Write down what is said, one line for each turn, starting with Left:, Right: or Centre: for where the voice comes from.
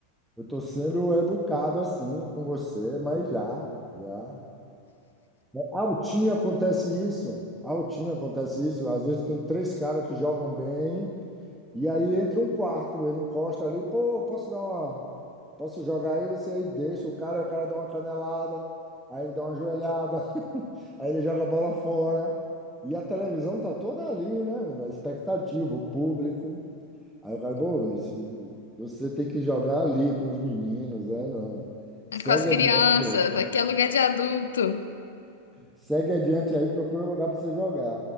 Centre: eu tô sendo educado assim com você, mas já, já. Altinho acontece isso. Altinho acontece isso. Às vezes tem três caras que jogam bem E aí entra um quarto, ele encosta ali, pô, posso dar uma, posso jogar aí, você aí deixa o cara, aí o cara dá uma canelada, aí ele dá uma joelhada, <laughs> aí ele joga a bola fora. E a televisão tá toda ali, né, menina? a expectativa, o público. Aí o cara, pô, mas você tem que jogar ali com os meninos, né? Não. Segue
Left: Com as crianças,
Centre: adiante aí.
Left: aqui é lugar de adulto.
Centre: Segue adiante aí, procura um lugar para você jogar.